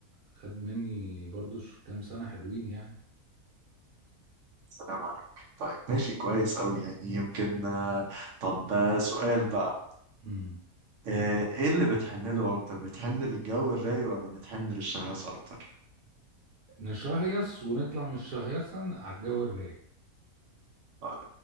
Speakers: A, on the right; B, on the right.
A: خد مني برضو ش- كام سنة حلوين يعني
B: سلام عليك طيب ماشي كويس أوي يعني يمكن آه، طب آه، سؤال بقى
A: مم.
B: آه، إيه اللي بتحن له أكتر؟ بتحن للجو الرايق ولا بتحن للشهيصة أكتر؟
A: نشهيص ونطلع من الشهيصة على الجو الرايق
B: آه،